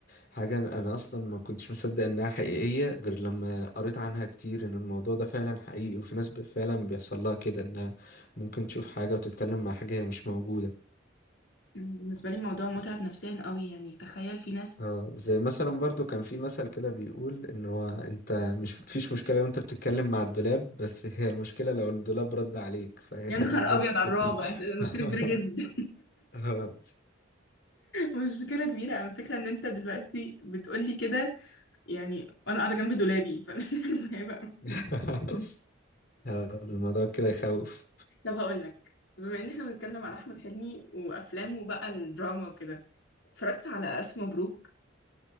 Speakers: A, on the left (about 50°); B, on the left (about 75°).
A: حاجة انا اصلا ما كنتش مصدق انها حقيقية غير لما قريت عنها كتير ان الموضوع ده فعلا حقيقي وفي ناس ب- فعلا بيحصل لها كده انها ممكن تشوف حاجة وتتكلم مع حاجة هي مش موجودة
B: بالنسبة لي الموضوع متعب نفسيا قوي يعني تخيل في ناس
A: اه زي مثلا برضو كان في مثل كده بيقول ان هو انت مش فيش مشكلة لو انت بتتكلم مع الدولاب بس هي المشكلة لو الدولاب رد عليك فهي
B: يا
A: <laughs>
B: نهار
A: دي برضو
B: ابيض
A: بتطن
B: على الرعب أس-
A: <laughs>
B: مشكلة كبيرة جدا
A: آه.
B: مش مشكلة كبيرة أنا الفكرة إن أنت دلوقتي بتقولي كده يعني وأنا قاعدة جنب دولابي فأنا <laughs> حاجة مرعبة أوي.
A: <laughs>
B: لا
A: آه، الموضوع كده يخوف
B: طب هقول لك بما إن إحنا بنتكلم على أحمد حلمي وأفلامه بقى الدراما وكده اتفرجت على ألف مبروك